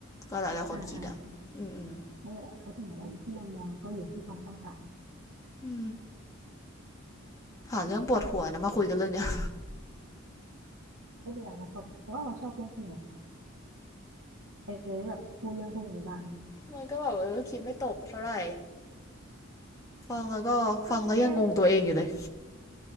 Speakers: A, on the left; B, on the right.
A: ก็หลายๆคนคิดอะอืมอืม
B: อ่าอ่านั่นแหละเขาถึงบอกว่าอยู่ที่มุมมองก็อยู่ที่ความต้องการ
A: อืหาเรื่องปวดหัวนะมาคุยกันเรื่องเนี้ย
B: ไม่เป็นไรนะเขาเขาว่าเขาชอบเรื่องพวกเนี้ยเออได้แบบพูดเรื่องพวกนี้บ้าง
A: มันก็แบบเออคิดไม่ตกเท่าไหร่ฟังแล้วก็ฟังแล้วยังงงตัวเองอยู่เลย
B: ก็แค่